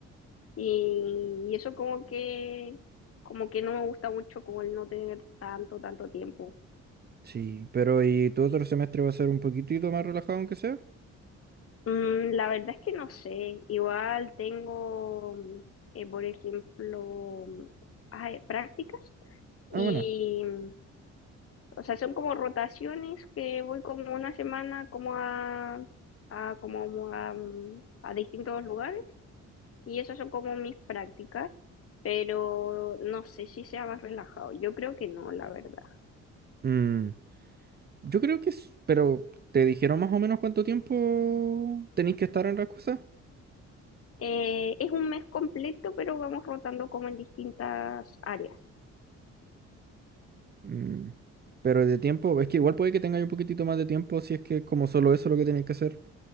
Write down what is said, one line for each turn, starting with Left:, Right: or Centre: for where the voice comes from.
Left: y, y eso como que, como que no me gusta mucho como el no tener tanto, tanto tiempo.
Right: Sí, pero ¿y tu otro semestre va a ser un poquitito más relajado aunque sea?
Left: Mm, la verdad es que no sé. Igual tengo, mm, eh, por ejemplo, mm, ay, prácticas y,
Right: Ah, bueno.
Left: mm, o sea, son como rotaciones que voy como una semana como a, a como a, mm, a distintos lugares y esas son como mis prácticas, pero no sé si sea más relajado. Yo creo que no, la verdad.
Right: Mm, yo creo que es, pero ¿te dijeron más o menos cuánto tiempo tenéis que estar en las cosas?
Left: Eh, es un mes completo, pero vamos rotando como en distintas áreas.
Right: Mm, Pero de tiempo, es que igual puede que tengáis un poquitito más de tiempo si es que es como solo eso lo que tenéis que hacer.